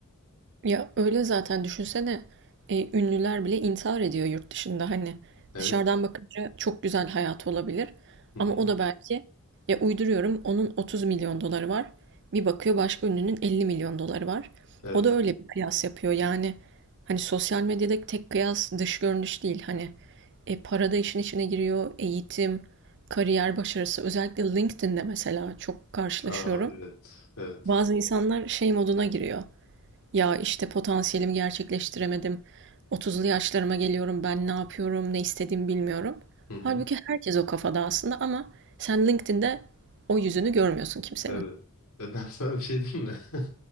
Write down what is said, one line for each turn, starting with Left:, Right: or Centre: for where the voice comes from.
Right: Ya öyle zaten düşünsene e, ünlüler bile intihar ediyor yurt dışında hani
Left: Evet.
Right: dışarıdan bakınca çok güzel hayatı olabilir
Left: Hı hı.
Right: ama o da belki ya uyduruyorum onun 30 milyon doları var bir bakıyor başka ünlünün 50 milyon doları var
Left: Evet.
Right: o da öyle bir kıyas yapıyor yani hani sosyal medyadaki tek kıyas dış görünüş değil hani e, para da işin içine giriyor eğitim kariyer başarısı özellikle LinkedIn'de mesela çok karşılaşıyorum
Left: Aa, evet. Evet.
Right: bazı insanlar şey moduna giriyor ya işte potansiyelimi gerçekleştiremedim. 30'lu yaşlarıma geliyorum ben ne yapıyorum, ne istediğimi bilmiyorum.
Left: Hı hı.
Right: Halbuki herkes o kafada aslında ama sen LinkedIn'de o yüzünü görmüyorsun kimsenin.
Left: Evet. Ya ben sana bir şey diyeyim mi? <laughs>